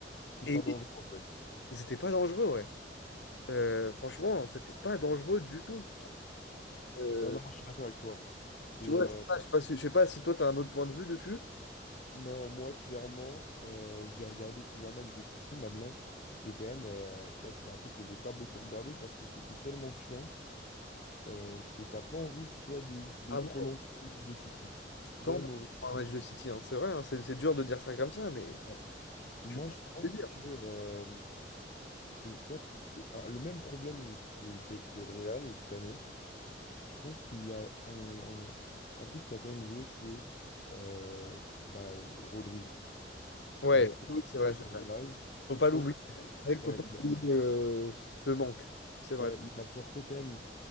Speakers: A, on the left; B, on the left.
A: c'est
B: Et
A: pas dangereux en fait.
B: c'était pas dangereux, ouais. Euh, franchement, c'était pas dangereux du tout. Euh,
A: Ouais, non, moi, je suis d'accord avec toi. Et,
B: tu vois,
A: euh,
B: c'est ça, je sais pas si, je sais pas si toi, tu as un autre point de vue dessus.
A: Non, moi, clairement, euh, j'ai regardé plusieurs matchs de City. Maintenant, c'était quand même, euh, tu vois, c'est un truc que j'ai pas beaucoup regardé parce que c'était tellement chiant euh, que t'as pas envie, tu vois, de, de
B: Ah
A: te
B: ouais,
A: relancer un match de City. C'est
B: tant
A: quand
B: mieux
A: même horrible.
B: pour un match de City, hein. C'est vrai, hein, c'est c'est dur de dire ça comme ça, mais
A: Ouais. Moi,
B: tu peux
A: je pense
B: le dire.
A: que, euh, que tu vois, un- le même problème que, qu'avec le Real cette année, je pense qu'il y a un, un- un truc qui a quand même joué, c'est euh, bah, Rodri.
B: Ouais,
A: Tu vois, comme
B: oui, c'est vrai,
A: grosse
B: c'est
A: au Real,
B: vrai. Faut pas
A: je pense.
B: l'oublier.
A: que-
B: C'est vrai qu'il
A: Ouais,
B: faut pas
A: il a-
B: oublier euh, ce manque. C'est vrai.
A: Ouais, il apportait quand même